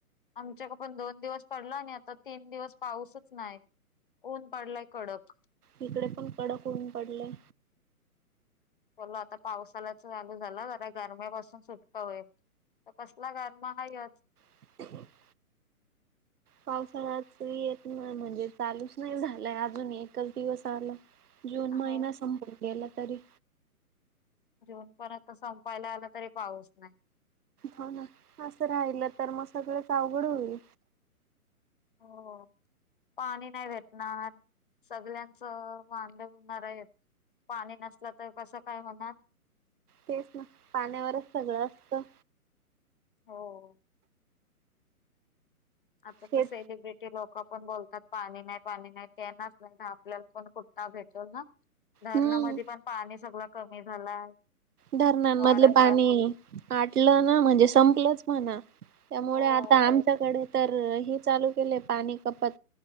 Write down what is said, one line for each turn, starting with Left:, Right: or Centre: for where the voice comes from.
Left: आमच्याकडे पण दोन दिवस पडला आणि आता तीन दिवस पाऊसच नाही ऊन पडलय कडक
Right: इकडे पण कडक ऊन पडलंय
Left: बोल आता पावसालाच चालू झाला जरा गरमीपासून सुटका होईल तर कसला गरम आहेत
Right: <inaudible> पावसाळ्यात येत नाय म्हणजे चालूच नाही झालंय अजून एकच दिवस आला जून महिना
Left: हो
Right: संपून गेला तरी
Left: जून पण आता संपायला आला, तरी पाऊस नाय.
Right: होना असं राहिलं तर म सगळंच अवघड होईल.
Left: हो. पाणी नाही भेटणार, सगळ्यांचं वांद हुनार येत. पाणी नसलं तर कसं काय होणार?
Right: तेच ना पाण्यावरच सगळं असतं.
Left: हो. आता
Right: शेत
Left: तर सेलिब्रिटी लोक पण बोलतात पाणी नाही, पाणी नाही तेनाच नाही तर आपल्याला पण <unintelligible> भेटल ना. धरणामध्ये
Right: हम्म
Left: पण पाणी सगळ कमी झालाय.
Right: धरणांमधल
Left: वारंवार
Right: पाणी आटलं ना, म्हणजे संपलंच म्हणा. त्यामुळे
Left: हो
Right: आता आमच्याकडे तर हे चालू केलय पाणी कपात.